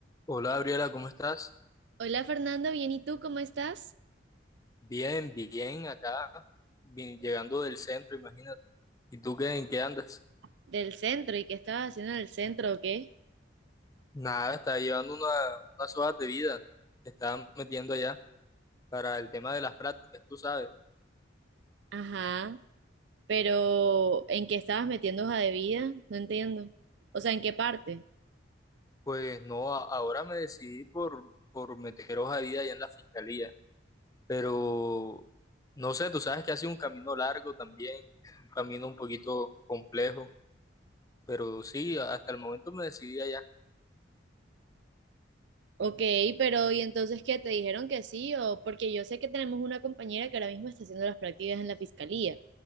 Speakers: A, on the left; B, on the right.
A: Hola Gabriela, ¿cómo estás?
B: Hola Fernando, bien, ¿y tú cómo estás?
A: Bien, bien, acá, bien, llegando del centro, imagínate. ¿Y tú qué, en qué andas?
B: Del centro, ¿y qué estabas haciendo en el centro o qué?
A: Nada, estaba llevando una, unas hojas de vida que estaban metiendo allá para el tema de las prácticas, tú sabes.
B: Ajá, pero ¿en qué estabas metiendo hoja de vida? No entiendo. O sea, ¿en qué parte?
A: Pues no, a- ahora me decidí por, por meter hoja de vida allá en la fiscalía, pero no sé, tú sabes que ha sido un camino largo también, un camino un poquito complejo, pero sí, hasta el momento me decidí allá.
B: Ok, pero ¿y entonces qué? ¿Te dijeron que sí? O porque yo sé que tenemos una compañera que ahora mismo está haciendo las prácticas en la fiscalía.